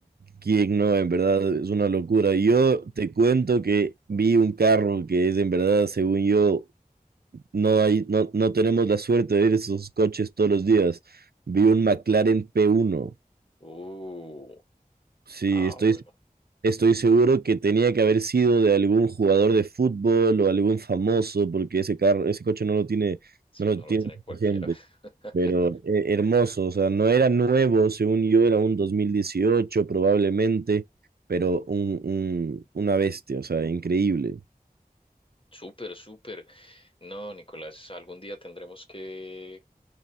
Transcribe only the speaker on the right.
Quién no, en verdad es una locura. Yo te cuento que vi un carro que es en verdad, según yo, no hay, no, no tenemos la suerte de ver esos coches todos los días. Vi un McLaren P1.
Sí,
estoy,
estoy seguro que tenía que haber sido de algún jugador de fútbol o algún famoso, porque ese carro, ese coche no lo tiene,
no lo
tiene
gente.
Pero eh, hermoso, o sea, no era nuevo, según yo, era un 2018 probablemente, pero un, un- una bestia, o sea, increíble.